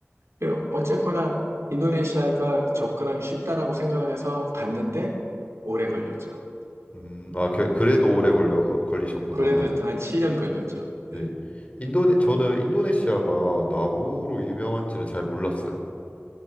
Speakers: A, on the right (about 80°); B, on the left (about 30°).
A: 예, 어쨌거나 인도네시아가 접근하기 쉽다라고 생각을 해서 갔는데 오래 걸렸죠.
B: 음, 아, 그- 그래도
A: 어,
B: 오래 걸려 걸리셨구나.
A: 그래도 한 7년 걸렸죠. 네.
B: 네. 인도네 저는 인도네시아가 나무로 유명한지는 잘 몰랐어요.